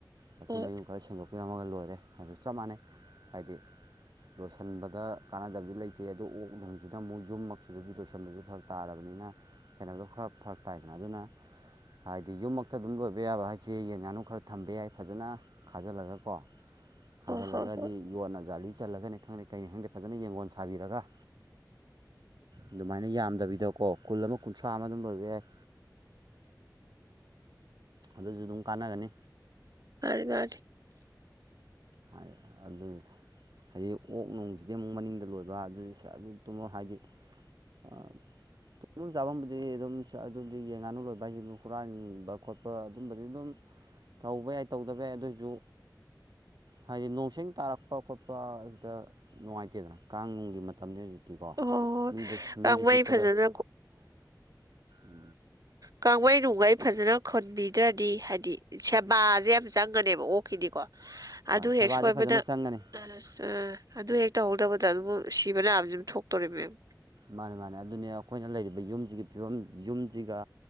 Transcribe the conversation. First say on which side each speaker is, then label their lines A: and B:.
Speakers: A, on the right; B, on the right.
A: ꯃꯊꯤ
B: ꯍꯣꯏ
A: ꯃꯌꯨꯡ ꯈꯔ ꯁꯦꯡꯗꯣꯛꯄꯤꯔꯝꯃꯒ ꯂꯣꯏꯔꯦ ꯑꯗꯨ ꯆꯞ ꯃꯥꯟꯅꯩ ꯍꯥꯏꯗꯤ ꯂꯣꯏꯁꯤꯟꯕꯗ ꯀꯥꯟꯅꯗꯕꯗꯤ ꯂꯩꯇꯦ ꯑꯗꯨ ꯑꯣꯛ ꯅꯨꯡꯁꯤꯅ ꯑꯃꯨꯛ ꯌꯨꯝꯃꯛꯁꯤꯗꯗꯤ ꯂꯣꯏꯁꯤꯟꯕꯁꯦ ꯐꯔ ꯇꯥꯔꯕꯅꯤꯅ ꯀꯩꯅꯣꯗꯣ ꯈꯔ ꯐꯔꯛ ꯇꯥꯏꯗꯅ ꯑꯗꯨꯅ ꯍꯥꯏꯗꯤ ꯌꯨꯝꯃꯛꯇ ꯑꯗꯨꯝ ꯂꯣꯏꯕ ꯌꯥꯕ ꯍꯥꯏꯁꯦ ꯌꯦꯟ ꯉꯥꯅꯨ ꯈꯔ ꯊꯝꯕ ꯌꯥꯏ ꯐꯖꯅ ꯈꯥꯖꯤꯜꯂꯒ ꯀꯣ ꯈꯥꯖꯤꯜꯂꯒꯗꯤ
B: ꯍꯣꯏ ꯍꯣꯏ ꯍꯣꯏ
A: ꯌꯣꯠꯅ ꯖꯥꯂꯤ ꯆꯜꯂꯒꯅꯤ ꯈꯪꯗꯦ ꯀꯩꯩꯅꯦ ꯈꯪꯗꯦ ꯐꯖꯅ ꯌꯦꯡꯒꯣꯟ ꯁꯥꯕꯤꯔꯒ ꯑꯗꯨꯃꯥꯏꯅ ꯌꯥꯝꯗꯕꯤꯗꯀꯣ ꯀꯨꯜ ꯑꯃ ꯀꯨꯟꯊ꯭ꯔꯥ ꯑꯃ ꯑꯗꯨꯝ ꯂꯣꯏꯕ ꯌꯥꯏ ꯑꯗꯨꯁꯨ ꯑꯗꯨꯝ ꯀꯥꯟꯅꯒꯅꯤ
B: ꯑꯔꯕꯥ <inaudible>
A: ꯍꯥꯏ ꯑꯗꯨꯢꯅꯦ ꯍꯥꯏꯗꯤ ꯑꯣꯛ ꯅꯨꯡꯁꯤꯗꯤ ꯑꯃꯨꯛ ꯃꯅꯤꯡꯗ ꯂꯣꯏꯕ ꯑꯗꯨꯗꯤ ꯑꯗꯨ ꯇꯨꯝꯃꯣ ꯍꯥꯏꯗꯤ ꯑꯥ
B: <unintelligible>
A: ꯇꯨꯝꯐꯝ ꯆꯥꯐꯝꯕꯨꯗꯤ ꯑꯗꯨꯝ ꯑꯗꯨꯗꯤ ꯌꯦꯟ ꯉꯥꯅꯨ ꯂꯣꯏꯕ ꯍꯥꯏꯁꯤ ꯍꯨꯔꯥꯟꯕ ꯈꯣꯠꯄ ꯑꯗꯨꯝꯕꯗꯤ ꯑꯗꯨꯝ ꯇꯧꯕ ꯌꯥꯏ ꯇꯧꯗꯕ ꯌꯥꯏ ꯑꯗꯨꯑꯣꯏꯁꯨ ꯍꯥꯏꯗꯤ ꯅꯣꯡꯁ ꯇꯥꯔꯛꯄ ꯈꯣꯠꯄ ꯑꯁꯤꯗ ꯅꯨꯡꯉꯥꯏꯇꯦꯗꯅ ꯀꯥꯡꯅꯨꯡꯒꯤ ꯃꯇꯝꯅꯤ ꯍꯧꯖꯤꯛ ꯤꯀꯣ
B: ꯍꯣꯏ ꯍꯣꯏ
A: ꯃꯤꯗ
B: ꯀꯥꯡꯃꯩ
A: ꯃꯤꯗ ꯆꯤꯛꯄꯗ
B: ꯐꯖꯅ
A: ꯎ
B: ꯀꯥꯡꯒꯩ ꯅꯨꯡꯒꯩ ꯐꯖꯅ ꯈꯣꯟꯕꯤꯗ꯭ꯔꯗꯤ ꯍꯥꯏꯗꯤ ꯁꯦꯕꯥꯁꯦ ꯌꯥꯝ ꯆꯪ ꯪꯒꯅꯦꯕ ꯑꯣꯛꯈꯤꯗꯤꯀꯣ ꯑꯗꯨ
A: ꯁꯦꯕꯥꯁꯦ
B: ꯍꯦꯛ ꯁꯣꯏꯕꯗ
A: ꯐꯖꯅ ꯆꯪꯒꯅꯤ
B: ꯑ ꯑꯥ ꯑꯗꯨ ꯍꯦꯛ ꯇꯧꯍꯧꯗꯕꯗ ꯑꯗꯨꯕꯨ ꯁꯤꯕ ꯂꯅꯥꯑꯕꯕꯁꯤ ꯑꯗꯨꯝ ꯊꯣꯛꯇꯧꯔꯤꯕ ꯃꯦꯝ
A: ꯃꯥꯅꯦ ꯃꯥꯅꯦ ꯑꯗꯨꯅꯦ ꯑꯩꯈꯣꯏꯅ ꯂꯩꯔꯤꯕ ꯌꯨꯝꯁꯤꯒꯤ ꯐꯤꯕꯝ ꯌꯨꯝꯁꯤꯒ